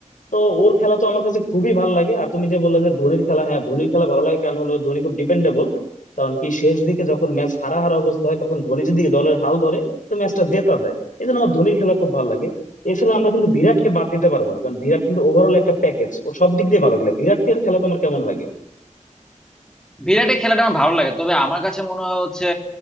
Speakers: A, on the left (about 80°); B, in the centre.
A: তো ওর খেলা তো আমার কাছে খুবই ভালো লাগে আর তুমি যে বললে যে ধোনির খেলা হ্যাঁ ধোনির খেলা ভালো লাগে কারণ হলো ধোনি খুব ডিপেন্ডেবল কারণ কি শেষ দিকে যখন ম্যাচ হারা হারা অবস্থা হয় তখন ধোনি যদি দলের হাল ধরে তো ম্যাচটা জেতা যায় এই জন্য আমার ধোনির খেলা খুব ভালো লাগে এছাড়া আমরা কিন্তু বিরাটকে বাদ দিতে পারবো না কারণ বিরাট কিন্তু ওভারঅল একটা প্যাকেজ ও সব দিক দিয়ে ভালো গেলে বিরাটকে খেলা তোমার কেমন লাগে
B: বিরাটের খেলাটা আমার ভালো লাগে তবে আমার কাছে মনে হয় হচ্ছে